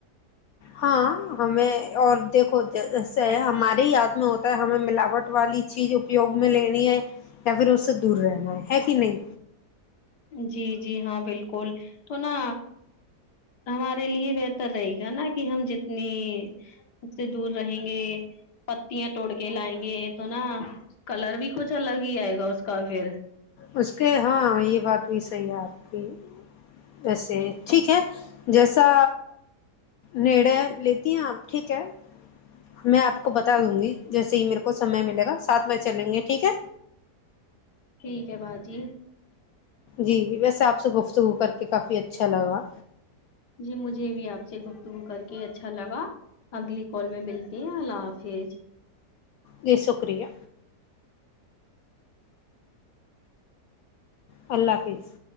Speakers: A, on the left (about 70°); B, on the left (about 80°).
A: ہاں ہمیں اور دیکھو جسے ہمارے ہی یاد میں ہوتا ہے ہمیں ملاوٹ والی چیز اپیوگ میں لینی ہے یا پھر اس سے دور رہنا ہے کہ نہیں
B: جی جی ہاں بالکل تو نہ ہمارے لیے بہتر رہے گا نا کہ ہم جتنی اس سے دور رہیں گے پتیاں توڑ کے لائیں گے یہ تو نا کلر بھی کچھ الگ ہی آئے گا اس کا پھر
A: اس کے ہاں یہ بات بھی صحیح ہے آپ کی ویسے ٹھیک ہے جیسا نڑے لیتی ہیں آپ ٹھیک ہے میں آپ کو بتا دوں گی جیسے ہی میرے کو سمے ملے گا ساتھ میں چلیں گے ٹھیک ہے
B: ٹھیک ہے باجی
A: جی ویسے آپ سے گفتگو کر کے کافی اچھا لگا
B: جی مجھے بھی آپ سے گفتگو کر کے اچھا لگا اگلی کال میں ملتی ہیں اللہ حافظ
A: جی شکریہ اللہ حافظ